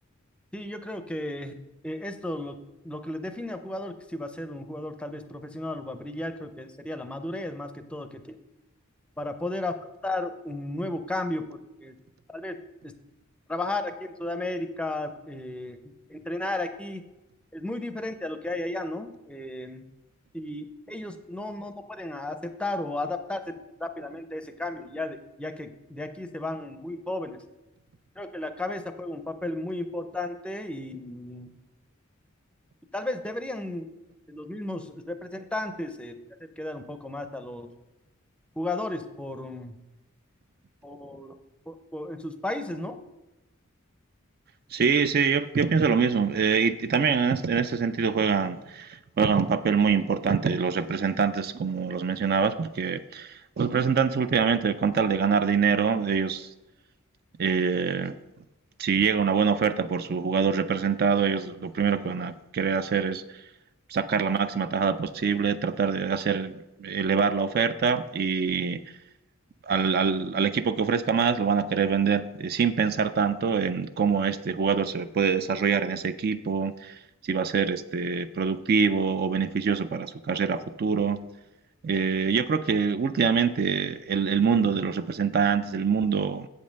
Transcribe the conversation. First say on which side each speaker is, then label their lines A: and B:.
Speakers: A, in the centre; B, on the right.
A: Sí, yo creo que eh, esto lo, lo que le define al jugador, que si va a ser un jugador tal vez profesional o va a brillar, creo que sería la madurez más que todo que tiene para poder afrontar un nuevo cambio, porque tal vez es- trabajar aquí en Sudamérica, eh, entrenar aquí, es muy diferente a lo que hay allá, ¿no? Eh, y ellos no, no, no pueden aceptar o adaptarse rápidamente a ese cambio, ya, de- ya que de aquí se van muy jóvenes. Creo que la cabeza juega un papel muy importante y, y tal vez deberían los mismos representantes eh, hacer quedar un poco más a los jugadores por, um, por- por- por- en sus países, ¿no?
B: Sí, sí, yo, yo pienso lo mismo. Eh, y, y también en este, en este sentido juegan, juegan un papel muy importante los representantes, como los mencionabas, porque los representantes últimamente, con tal de ganar dinero, ellos, eh, si llega una buena oferta por su jugador representado, ellos lo primero que van a querer hacer es sacar la máxima tajada posible, tratar de hacer elevar la oferta y al, al, al, equipo que ofrezca más lo van a querer vender eh, sin pensar tanto en cómo este jugador se puede desarrollar en ese equipo, si va a ser este, productivo o beneficioso para su carrera a futuro. Eh, yo creo que últimamente el, el, mundo de los representantes, el mundo,